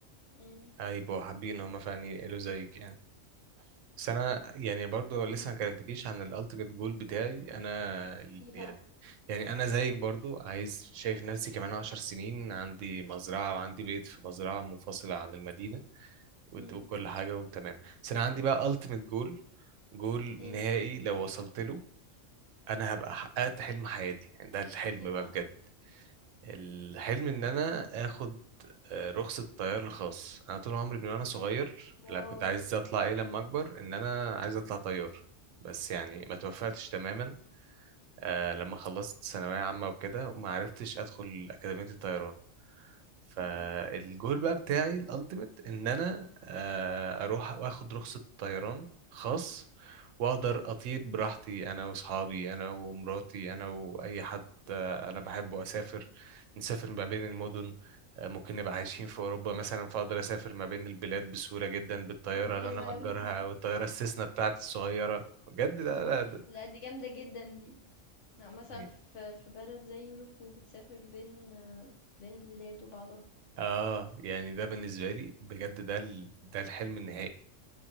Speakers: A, on the left; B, on the right.
A: إمم،
B: هيبقوا حابين هم فعلا ينقلوا زيك يعني بس انا يعني برضو لسه
A: إمم،
B: ما كلمتكيش عن الالتيميت جول بتاعي انا ال-
A: إيه
B: يعني
A: بقى؟
B: يعني انا زيك برضو عايز شايف نفسي كمان عشر سنين عندي مزرعه وعندي بيت في مزرعه منفصله عن المدينه وت-
A: إمم،
B: وكل حاجه وتمام بس انا عندي بقى التيميت جول جول نهائي
A: إيه،
B: لو وصلت له انا هبقى حققت حلم حياتي يعني ده الحلم
A: إيه
B: بقى
A: بقى؟
B: بجد الحلم ان انا اخد آه، رخصة طيار الخاص انا طول عمري من وانا صغير
A: واو!
B: لا كنت عايز اطلع ايه لما
A: إمم،
B: اكبر ان انا عايز اطلع طيار بس يعني ما توفقتش تماما آه لما خلصت ثانوية عامة وكده وما عرفتش ادخل اكاديمية الطيران فالجول
A: إمم،
B: بقى بتاعي الالتيميت ان انا آه اروح واخد رخصة طيران خاص واقدر اطير براحتي انا واصحابي انا ومراتي انا واي حد انا بحب اسافر نسافر ما بين المدن آه، ممكن نبقى عايشين في اوروبا مثلا فاقدر اسافر ما بين البلاد بسهوله جدا بالطياره
A: دي
B: اللي
A: حلوة
B: انا مأجرها
A: أوي دي،
B: او الطياره السيسنا بتاعتي الصغيره بجد لا
A: أوف!
B: لا ده
A: لأ دي جامدة جدًا دي، أو مثلًا
B: يعني-
A: في في بلد زي Europe وبتسافر بين آه، بين البلاد وبعضها،
B: اه يعني ده بالنسبه لي بجد ده ال... ده الحلم النهائي